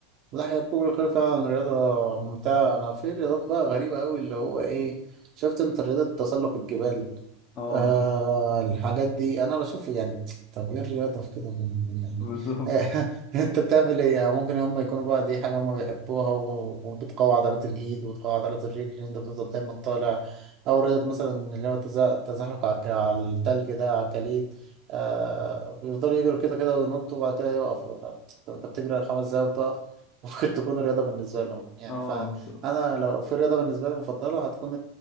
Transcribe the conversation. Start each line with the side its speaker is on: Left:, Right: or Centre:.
Right: لا هي ركوب الخيل فعلا رياضة ممتعة أنا في رياضات بقى غريبة أوي اللي هو إيه شفت أنت رياضة تسلق الجبال
Left: اه
Right: آه الحاجات دي انا بشوف يعني طب ايه الرياضه في كده ما- يعني
Left: بالظبط
Right: <laughs> انت بتعمل ايه يعني ممكن هم يكونوا بقى دي حاجه هم بيحبوها و- وبتقوي عضلات الايد وبتقوي عضلات الرجل ان انت بتفضل دايما طالع او رياضه مثلا اللي هو التزا- التزحلق على الج- على التلج ده على الجليد آه يفضلوا يجروا كده كده وينطوا وبعد كده يقفوا لا، طب انت بتجري خمس دقايق وتقف <laughs> ممكن تكون رياضه بالنسبه لهم يعني
Left: اه
Right: فانا
Left: بالظبط
Right: لو في رياضه بالنسبه لي مفضله هتكون